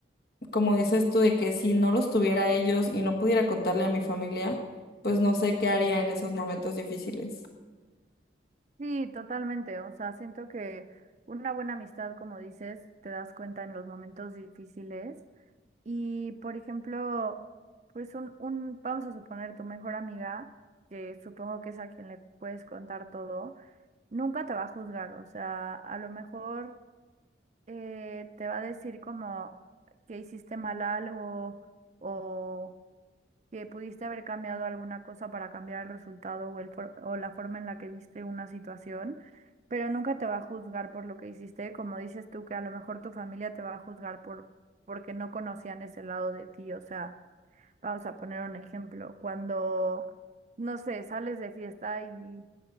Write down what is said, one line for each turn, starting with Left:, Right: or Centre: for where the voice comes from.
Left: como dices tú de que si no los tuviera ellos y no pudiera contarle a mi familia, pues no sé qué haría en esos momentos difíciles.
Right: Sí, totalmente. O sea, siento que una buena amistad, como dices, te das cuenta en los momentos difíciles. Y por ejemplo, pues un, un, vamos a suponer tu mejor amiga, que supongo que es a quien le puedes contar todo, nunca te va a juzgar, o sea, a lo mejor eh, te va a decir como que hiciste mal algo o que pudiste haber cambiado alguna cosa para cambiar el resultado o, el for- o la forma en la que viste una situación, pero nunca te va a juzgar por lo que hiciste, como dices tú, que a lo mejor tu familia te va a juzgar por porque no conocían ese lado de ti, o sea, vamos a poner un ejemplo, cuando, no sé, sales de fiesta y